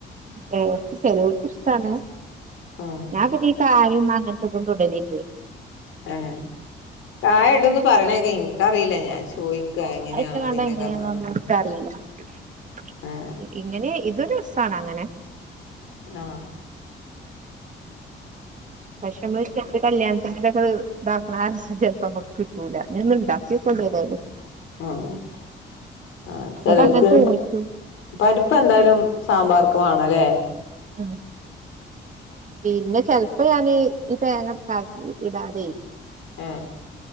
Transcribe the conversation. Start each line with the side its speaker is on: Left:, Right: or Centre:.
Right: ചെലോ ചെലോൽക്ക് ഇഷ്ടാണ്.
Left: ഉം
Right: ഞാൻ പ്പം ഉപയോ ചായയും അങ്ങനത്തെതും തൊടലില്ലേ
Left: ആ കായം ഇടും എന്ന് പറയണ- ൻക്കറിയില്ല ഞാൻ ചോയ്ക്കാ എങ്ങനെയാണ്
Right: അത് ഇട്ട്ങ്ങാണ്ട്
Left: ഇതിന്റെ
Right: എങ്ങനെയാന്നൊന്നും
Left: കഥാന്ന്-
Right: ഇച്ചറീല്ല <inaudible>
Left: ഏഹ്
Right: ഇങ്ങനെ ഇത്- രസണ് അങ്ങനെ
Left: ആഹ്
Right: പക്ഷെ നമ്മള് <inaudible> കല്ല്യാൺത്തിൻ്റിടെ ഇതാക്ണ ആ രസം ചെൽപ്പം അമ്മക്ക് കിട്ടൂല അങ്ങനെയൊന്ന് ഉണ്ടാക്കിയോക്കണ്ടിയേത്യാലും
Left: ഉ ആ ചിലര്ക്
Right: എന്നിട്ട് അങ്ങനെ തൂമിച്ചും
Left: പരിപ്പ് എന്തായാലും സാമ്പാർക്ക് വാണം അല്ലേ
Right: ആഹ് പിന്നെ ചെൽപ്പ ഈ ഇ തേങ്ങ <unintelligible> ഇടാതേ
Left: ഏഹ്